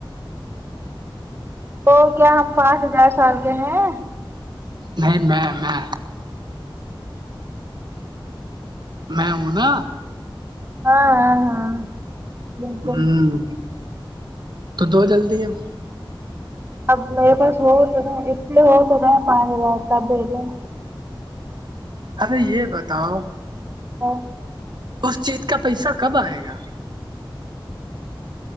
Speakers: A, on the right; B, on the right.
A: تو کیا ہم پانچ ہزار سال کے ہیں
B: نہیں میں میں میں ہوں نا
A: ہاں ہاں ہاں بالکل
B: ہوں تو دو جلدی ہےب
A: اب میرے پاس ہو تو رہ ات لیے ہو تو رہے ہیں پانچ ہزار تب بھی دیں
B: اب یہ بتاؤ
A: <unintelligible>
B: اس چیز کا پیسہ کب آئے گا